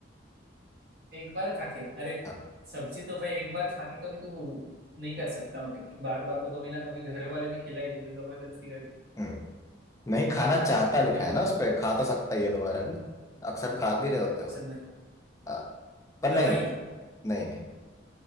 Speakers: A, on the right; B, on the left.
A: एक बार खा के अरे
B: हाँ
A: सब्जी तो भाई एक बार खा के कभी तू नहीं कर सकता मतलब कि बार बार तो कभी ना कभी घर वाले भी खिला ही देते जबरदस्ती करके
B: हम्म नहीं खाना चाहता
A: तो
B: लिखा है ना उस पे खा तो सकता ही है दोबारा भी अक्सर खा भी रहे होते
A: अच्छा
B: हो
A: नहीं
B: हाँ पर
A: दवाई
B: नहीं नहीं नहीं